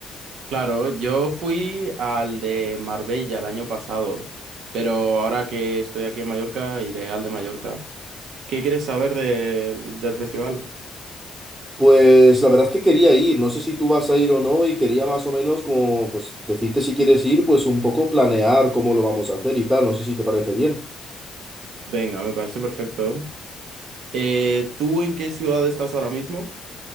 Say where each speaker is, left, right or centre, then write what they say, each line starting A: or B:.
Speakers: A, on the right; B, on the right.
A: Claro, yo fui al de Marbella el año pasado, pero ahora que estoy aquí en Mallorca, iré al de Mallorca. ¿Qué quieres saber del del festival?
B: Pues la verdad es que quería ir, no sé si tú vas a ir o no y quería más o menos como pues decirte si quieres ir, pues un poco planear cómo lo vamos a hacer y tal, no sé si te parece bien.
A: Venga, me parece perfecto. Eh, ¿tú en qué ciudad estás ahora mismo?